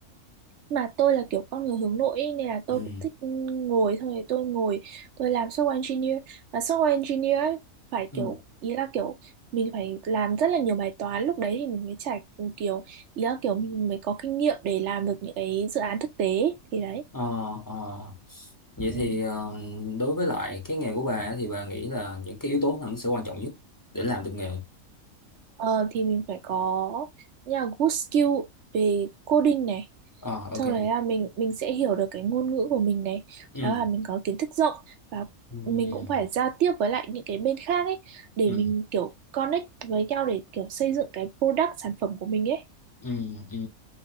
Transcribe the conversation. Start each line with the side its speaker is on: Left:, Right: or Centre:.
Right: mà tôi là kiểu con người hướng nội ý, nên là tôi
Left: Ừ.
Right: cũng thích ngồi thôi tôi ngồi tôi làm software engineer và software engineer ấy, phải
Left: Ừ.
Right: kiểu ý là kiểu mình phải làm rất là nhiều bài toán lúc đấy thì mình mới trải kiểu ý là kiểu mình mới có kinh nghiệm để làm được những cái dự án thực tế ấy. thì đấy
Left: Ờ, ờ. Vậy
Right: ừ.
Left: thì ờ, đối với lại cái nghề của bà á, thì bà nghĩ là những cái yếu tố nào nó sẽ quan trọng nhất để làm được nghề?
Right: Ờ, thì mình phải có như là good skill về coding này
Left: Ờ ok.
Right: sau đấy là mình mình sẽ hiểu được cái ngôn ngữ của mình này
Left: Ừ.
Right: đó là mình có kiến thức rộng và
Left: Ừ.
Right: mình
Left: Ừ.
Right: cũng phải giao tiếp với lại những cái bên khác ấy để
Left: Ừ.
Right: mình kiểu connect với nhau để kiểu xây dựng cái product sản phẩm của mình ấy
Left: Ừ. Ừ.